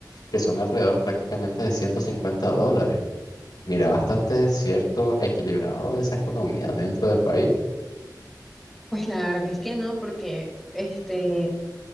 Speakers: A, on the left (about 65°); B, in the centre.
A: que son alrededor prácticamente de 150 dólares. Mira, bastante cierto, equilibrado esa economía dentro del país.
B: Pues la verdad es que no, porque este...